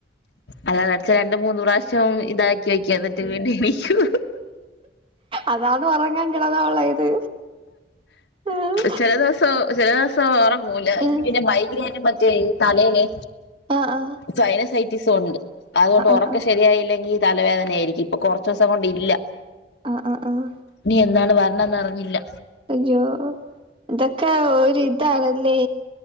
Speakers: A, on the left (about 70°); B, on the right (about 30°).
A: അലാറടിച്ച രണ്ട് മൂന്ന് പ്രാവശ്യം ഇതാക്കി വയ്ക്കും. എന്നിട്ട് വീണ്ടും വി ഷു <unintelligible>
B: അതാന്ന് ഒ റങ്ങാൻ കെടന്നാ ഒള്ള ഇത് ആഹ്
A: ചെല ദിവസം ചെല ദിവസം ഒറങ്ങൂല എനിക്ക്
B: ആഹ്
A: പിന്ന മൈഗ്രെയ് ന് പ പൈൻ തലേല്
B: അ ഹാ
A: സൈനസൈറ്റിസൊണ്ട് അതുകൊണ്ട് ഒ
B: ആഹ്
A: റ ക്കം ശരിയായില്ലെങ്കി തലവേദന ആയിരിക്കും ഇപ്പൊ കൊറച്ച് ദിവസം കൊണ്ടില്ല
B: ആഹ ഹാ ആഹ്
A: ഇനി എന്നാണ് വരണംന്ന്റിഞ്ഞില്ല
B: അയ്യോ ഇതൊക്കെ ഒരിതാണല്ലേ